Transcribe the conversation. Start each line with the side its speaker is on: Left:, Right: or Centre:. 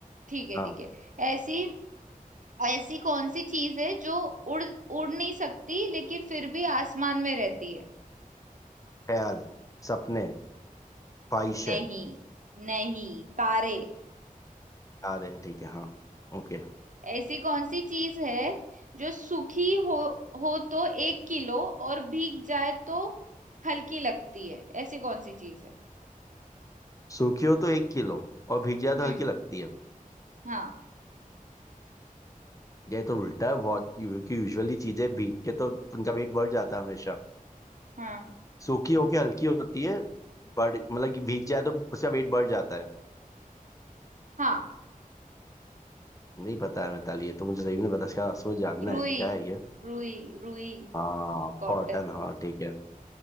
Right: ठीक है
Left: हाँ
Right: ठीक है ऐसी ऐसी कौन सी चीज है जो उड़ उड़ नहीं सकती लेकिन फिर भी आसमान में रहती है
Left: ख्याल सपने ख्वाहिशें
Right: नहीं नहीं तारे
Left: आ रहे हैं ठीक है हाँ ओके
Right: ऐसी कौन सी चीज है जो सूखी हो हो तो एक किलो और भीग जाए तो हल्की लगती है ऐसी कौन सी चीज है
Left: सूखी हो तो एक किलो और भीग जाए
Right: हम्म
Left: तो हल्की लगती है
Right: हाँ
Left: ये तो उल्टा है बहुत क्योंकि यूजुअली चीजें भीग के तो उनका वेट बढ़ जाता है हमेशा
Right: हाँ
Left: सूखी होके हल्की होती है बढ़ मतलब कि भीग जाए तो उसका वेट बढ़ जाता है
Right: हाँ
Left: नहीं पता है मिताली ये तो मुझे सही में नहीं पता इसका असर जानना
Right: रुई
Left: है क्या है ये
Right: रुई रुई
Left: हाँ
Right: कॉटन
Left: कॉटन हाँ ठीक है